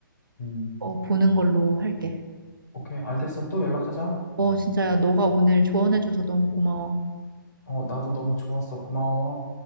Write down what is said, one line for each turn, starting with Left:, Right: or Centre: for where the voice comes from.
Left: 음.
Right: 어, 보는 걸로 할게.
Left: 오케이, 알겠어. 또 연락하자.
Right: 어, 진짜 야, 너가 오늘 조언해줘서 너무 고마워.
Left: 어, 나도 너무 좋았어. 고마워.